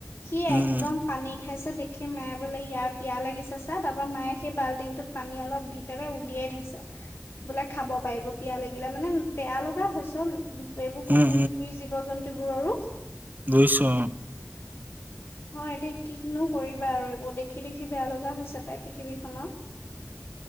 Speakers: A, on the left (about 50°); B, on the right (about 35°).
A: সি
B: উম, উম,
A: একদম পানী খাইছে, দেখি মায়ে বোলে ইয়াৰ পিয়া লাগিছে চা। তাৰ পৰা, মায়ে সেই বাল্টিংটোত পানী অলপ দি পেলাই উলিয়াই থৈছে। বোলে খাব পাৰিব। পিয়া লাগিলে মানে বেয়া লগা হৈ হৈছেও। এইবোৰ কুকুৰ-মেকুৰী
B: উম,
A: জীৱ-জন্তু বোৰৰো
B: বুইছো আও।
A: হয়, এতিয়া কিনো কৰিবা আৰু, এইবোৰ দেখি দেখি বেয়া লগা হৈ তাই পৃথিৱীখনত